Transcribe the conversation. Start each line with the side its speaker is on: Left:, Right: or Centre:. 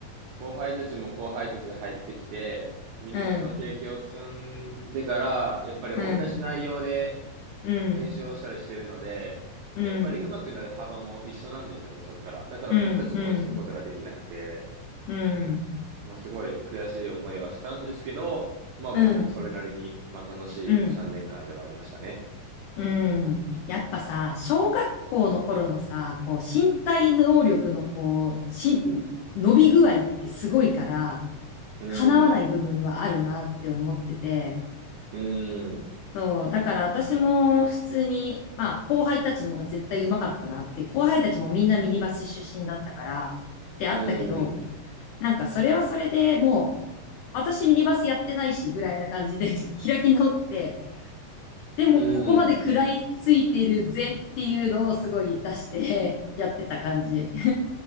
Right: 後輩たちも後輩たちで入ってきて、ミニバスの経験を積んでから、
Left: うん、
Right: やっぱり同じ内容で
Left: うん、うん。
Right: 練習をしたりしているので、
Left: うん、
Right: やっぱり上手くなる幅も一緒なんですよね、そこから。だから僕たちも追いつくことができなくて、
Left: うん、うん、うん、
Right: まあ、すごい悔しい思いはしたんですけど、まあ僕もそれなりに、
Left: うん、
Right: まあ楽しい3年間ではありましたね。
Left: うん、うん。やっぱさ、小学校の頃のさ、こう、身体能力のこう、し、伸び具合ってすごいから、
Right: うーん、
Left: 叶わない部分はあるなって思ってて、
Right: うーん、
Left: そう、だから私も普通に、まあ、後輩たちの方が絶対上手かったなって、後輩たちもみんなミニバス出身だったから、ってあったけど、
Right: うーん、
Left: なんかそれはそれでもう、私ミニバスやってないし、ぐらいな感じで <laughs> 開き直って、でもここまで食らいついてるぜっていうのをすごい出して
Right: うーん。
Left: <laughs> やってた感じ。